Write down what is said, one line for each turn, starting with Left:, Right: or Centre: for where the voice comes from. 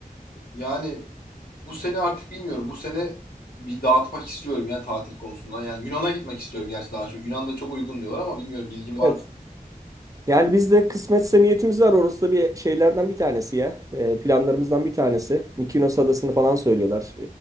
Left: yani bu sene artık bilmiyorum. Bu sene bir dağıtmak istiyorum ya tatil konusunda. Yani Yunan'a gitmek istiyorum gerçi daha çok. Yunan'da çok uygun diyorlar ama bilmiyorum bilgim var
Right: Evet.
Left: mı?
Right: Yani biz de kısmetse niyetimiz var. Orası da bir şeylerden bir tanesi ya. Ee, planlarımızdan bir tanesi. Mykonos adasını falan söylüyorlar.